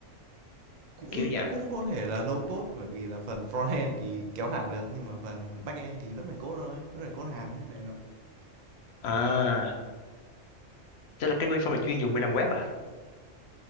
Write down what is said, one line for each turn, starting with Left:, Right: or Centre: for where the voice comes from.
Right: cũng
Left: kiểu dạng
Right: cũng có thể là low code bởi vì là phần frontend thì kéo thả được nhưng mà phần backend thì vẫn phải code thôi vẫn phải code hàm như thế này nọ
Left: à tức là cái WinForm này chuyên dùng để làm web à